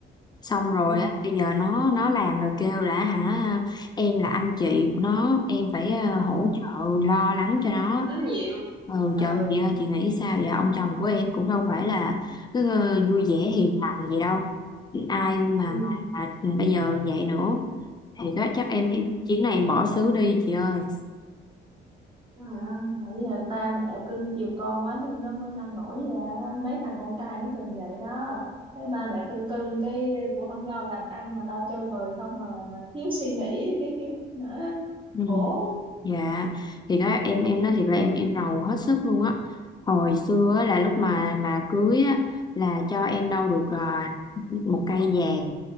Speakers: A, on the left; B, on the right.
A: xong rồi
B: ừ
A: á bây giờ nó nó làm rồi kêu là hả em là anh chị của nó em phải ờ, hỗ
B: ừ
A: trợ lo lắng cho nó
B: có trách nhiệm
A: ừ
B: ừ
A: trời ơi, chị ơi chị nghĩ sao vậy ông chồng của em cũng đâu phải là cứ ờ, vui vẻ hiền
B: ừ
A: lành gì đâu ai mà,
B: ừ
A: mà, mà bây giờ vậy nữa thì có- chắc em
B: ừ
A: em chuyến này em bỏ xứ đi chị ơi
B: trời ơi bởi vì ba mẹ cưng chiều con quá nên nó mới nông nổi vậy á. mấy thằng con trai nó thường vậy đó thấy ba mẹ cưng cưng cái cũng không lo làm ăn mà lo chơi bời không mà mà thiếu suy nghĩ thiếu kiến thức nữa
A: ừ
B: khổ
A: Dạ thì đó em em nói thiệt là em em rầu hết sức luôn á hồi xưa á, là lúc mà mà cưới á là cho em đâu được à, một cây vàng